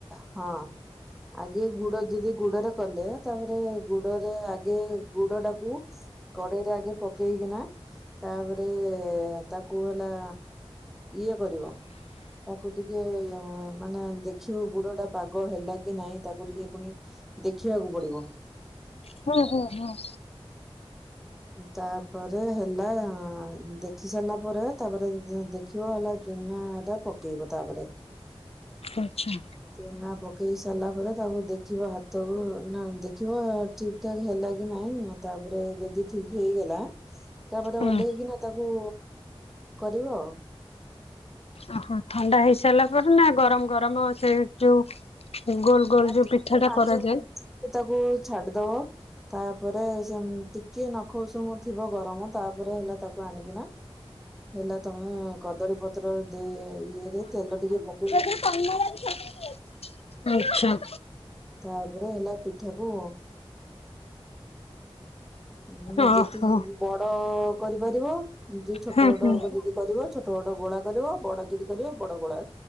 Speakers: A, in the centre; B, on the left (about 75°).
A: ହଁ। ଆଗେ ଗୁଡ଼ ଯଦି ଗୁଡ଼ିରେ କଲେ ତାପରେ ଗୁଡ଼ିରେ ଆଗେ ଗୁଡ଼ଟାକୁ କଡ଼େଇରେ ଆଗେ ପକେଇକିନା ତାପରେ ରେ ତାକୁ ହେଲା ଇଏ କରିବ ତାକୁ ଟିକେ ମାନେ ଦେ ଦେଖିବ ଗୁଡ଼ଟା ପାଗ ହେଲାକି ନାଇଁ ତାକୁ ଟିକେ ପୁଣି ଦେଖିବାକୁ ପଡ଼ିବ।
B: ହୁଁ ହୁଁ ହୁଁ।
A: ତାପରେ ହେଲା ଦେଖି ସାରିଲା ପରେ ତାପରେ, ଦେ ଦେଖିବ ହେଲା ଚୁନାଟା ପକେଇବ ତାପରେ।
B: ଆଚ୍ଛା।
A: ଚୁନା ପକେଇ ସାରିଲା ପରେ ତାକୁ ଦେଖିବ ହାତକୁ ନା ଦେଖିବ ଠିକ୍ ଠିକ୍ ଠାକ୍ ହେଲାକି ନାଇଁ ଆ ତାପରେ ଯେଦି ଠିକ୍ ହେଇଗଲା ତାପରେ
B: ହୁଁ
A: ଓହ୍ଲେଇକିନା ତାକୁ କରିବ ଆଉ।
B: ଓହୋ ଥଣ୍ଡା ହେଇ ସାରିଲା ପରେନା ଗରମ ଗରମ ସେ ଯୋଉ ଗୋଲ ଗୋଲ
A: ନା
B: ଯୋଉ
A: ଟିକେ
B: ପିଠାଟା
A: ପାଞ୍ଚ
B: କରାଯାଏ
A: ତାକୁ ଛାଡ଼ି ଦବ ତାପରେ ସେଟିକି ନଖଉସୁମୁ ଥିବ ଗରମ ତାପରେ ହେଲା ତାକୁ ଆଣିକିନା ହେଲା ତମେ କଦଳୀ ପତ୍ର ଦେଇ ଇଏରେ ତେଲ ଟିକେ ପ
B: <unintelligible> ଆଚ୍ଛା।
A: ତାପରେ ହେଲା ପିଠାକୁ ମାନେ
B: ଓହୋ
A: ଯେତିକି ବଡ଼ କରିପାରିବ ଯଦି ଛୋଟ
B: ହୁଁ ହୁଁ
A: ବଡ଼ କରିବ ଛୋଟ ଗୋଡ଼ ଗୋଳା କରିବ ବଡ଼ ଯଦି କରିବ ବଡ଼ ଗୋଳା